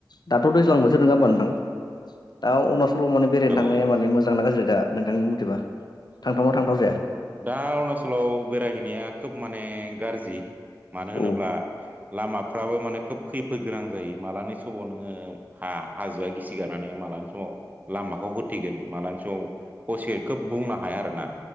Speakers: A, on the left; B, on the right.
A: दाथ' दैजां बोथोर नङा होमा नोंथां दा अरुणचलाव माने बेरायनो
B: औ
A: थांनाय
B: औ
A: माने मोजांना गाज्रि दा नोंथांनि मथेबा थांथावनाव थांथाव जाया।
B: दा अरुणाचलाव बेरायहैनाया खोब माने गाज्रि मानो होनोब्ला
A: औ
B: लामाफ्राबो माने खोब खैफोद गोनां जायो मालानि समाव नोङो ह हाजोआ गिसि गारनानै मालानि समाव लामाखौ होथिगोन मालानि समाव हसिन खोब बुंनो हाया आरोना।